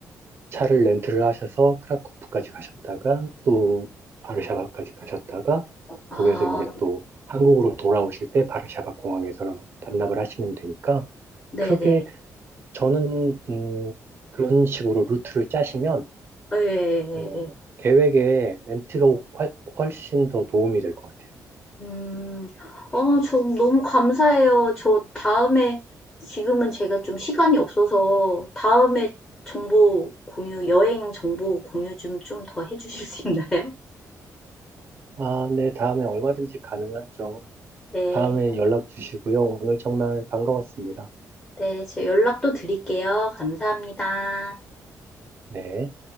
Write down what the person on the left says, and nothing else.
아,
네네,
예, 예, 예,
예.
음. 어, 저 너무 감사해요. 저 다음에 지금은 제가 좀 시간이 없어서 다음에 정보 공유, 여행 정보 공유 좀 좀 더 해주실 수 있나요? <laughs>
네,
네, 제가 연락도 드릴게요. 감사합니다.